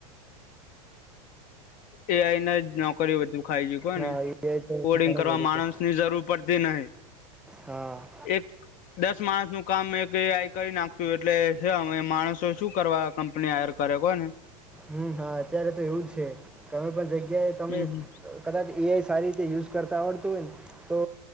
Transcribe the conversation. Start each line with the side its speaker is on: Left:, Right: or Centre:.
Left: એ આઈને જ નોકરી બધું ખાઈ છે કો
Centre: હા
Left: ને
Centre: એ તો
Left: કોડિંગ
Centre: ઘણું
Left: કરવા
Centre: બધું
Left: માણસ ની જરૂર પડતી નહિ.
Centre: હા
Left: એક દસ માણસનું કામ એક આ કરી નાખશું એટલે છે. અમે માણસો શું કરવા કંપની હાયર કરે કોને?
Centre: હમ, હા અત્યારે તો એવું જ છે કમે પણ જગ્યાએ
Left: હમ
Centre: તમે
Left: હમ
Centre: કદાચ એ આઈ સારી રીતે યુઝ કરતાં આવડતું હોય ને તો